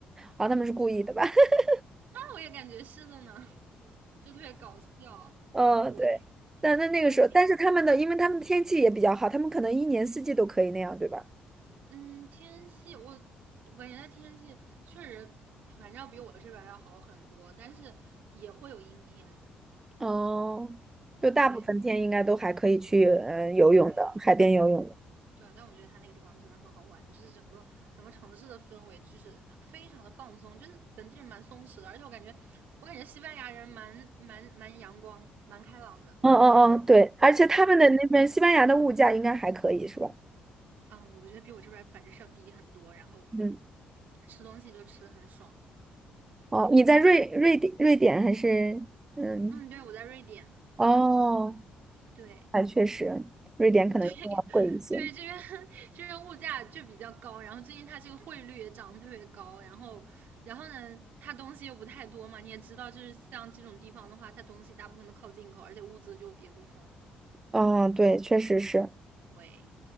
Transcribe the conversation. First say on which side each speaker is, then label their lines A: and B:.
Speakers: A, on the right; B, on the right.
A: 啊，他们是故意的吧？<laughs>
B: 我也感觉是的呢，就特别搞笑。
A: 嗯，
B: 对
A: 对，但那那个时候，
B: 对呀，
A: 但是他们的，因为他们的天气也比较好，他们可能一年四季都可以那样，对吧？
B: 嗯，天气我我感觉它天气确实，反正要比我这边儿要好很多，但是也会有阴天。
A: 哦，就大部分天应该都还可以去，
B: 对
A: 嗯、游泳的，
B: 对。
A: 海边游泳的
B: 对，但我觉得它那个地方真的很好玩，就是整个整个城市的氛围就是非常的放松，就是本地人蛮松弛的，而且我感觉我感觉西班牙人蛮蛮蛮阳光、蛮开朗的。
A: 嗯嗯嗯，对，而且他们的那边西班牙的物价应该还可以，
B: 对，
A: 是吧？
B: 嗯，我觉得比我这边儿反正是要低很多，然后
A: 嗯，
B: 吃东西就吃的很爽。
A: 哦，你在瑞瑞典瑞典还是嗯？
B: 嗯，对，我在瑞典。
A: 哦，
B: 对，
A: 哎，确实，瑞典可能更要贵一些。
B: 对 <laughs>，对，这边 <laughs> 这边物价就比较高，然后最近它这个汇率也涨得特别高，然后然后呢，它东西又不太多嘛，你也知道，就是像这种地方的话，它东西大部分都靠进口，而且物资就也不丰富。
A: 哦，对，确实是，
B: 喂，